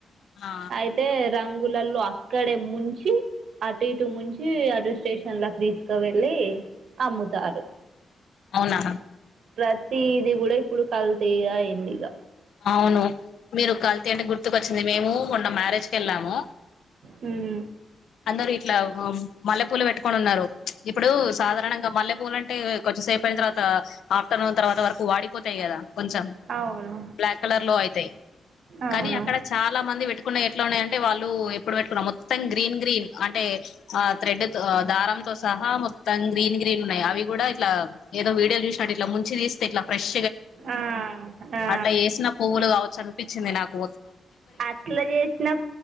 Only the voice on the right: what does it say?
అయితే రంగు గులల్లో అక్కడే ముంచి అటు ఇటు ముంచి అటు స్టేషన్లకి తీసుకు వెెళ్ళి అమ్ముతారు
ప్రతిది కూడా ఇప్పుడు కల్తీ అయింది ఇక
ఉమ్
అవును
అవును
ఆ ఆ
అట్లా చేసినం